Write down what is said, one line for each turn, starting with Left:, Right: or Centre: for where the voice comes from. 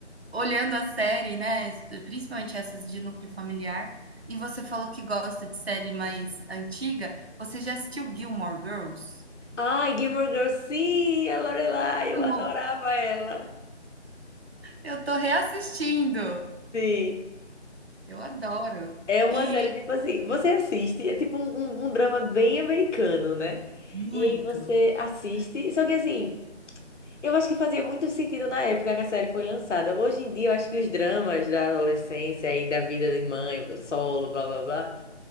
Right: olhando a série, né? Principalmente essas de núcleo familiar. E você falou que gosta de série mais antiga. Você já assistiu Gilmore Girls?
Left: Ai, Gilmore Girls, sim, a Lorelai, eu
Right: Amo.
Left: adorava ela.
Right: Eu tô reassistindo.
Left: Sim.
Right: Eu adoro.
Left: É uma
Right: E
Left: série, tipo assim, você assiste, é tipo um, um- um drama bem americano, né?
Right: muito.
Left: E aí você assiste, só que assim, eu acho que fazia muito sentido na época que a série foi lançada. Hoje em dia, eu acho que os dramas da adolescência e da vida de mãe, solo, blá blá blá,